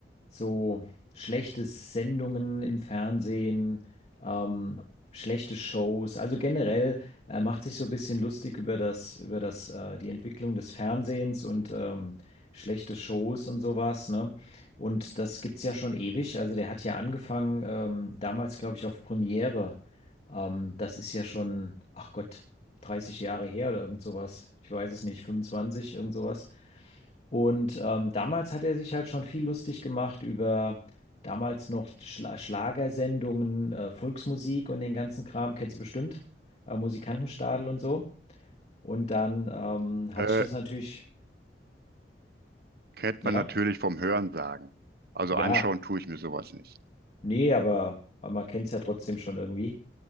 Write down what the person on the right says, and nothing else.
Äh,
kennt
man natürlich vom Hörensagen. Also
anschauen tue ich mir sowas nicht.